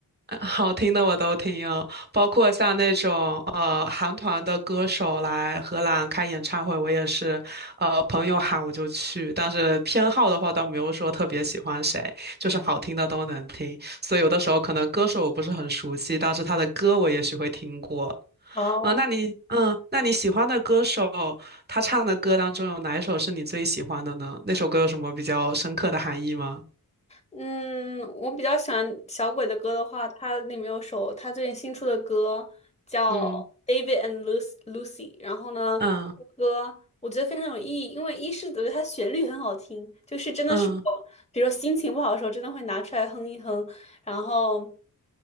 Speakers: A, on the right; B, on the left.
A: 好听的我都听哦，包括像那种呃韩团的歌手来荷兰开演唱会，我也是呃朋友喊我就去，但是偏好的话倒没有说特别喜欢谁，就是好听的都能听，所以有的时候可能歌手我不是很熟悉，但是他的歌我也许会听过。
B: 哦，
A: 啊、那你嗯，那你喜欢的歌手他唱的歌当中有哪一首是你最喜欢的呢？那首歌有什么比较深刻的含义吗？
B: 嗯，我比较喜欢小鬼的歌的话，他里面有首他最近新出的歌叫《David
A: 嗯
B: and Luc- Lucy》，然后呢，
A: 嗯
B: 这个歌我觉得非常有意义，因为一是觉得它旋律很好听，就是真的是我，
A: 嗯
B: 比如说心情不好的时候，真的会拿出来哼一哼，然后。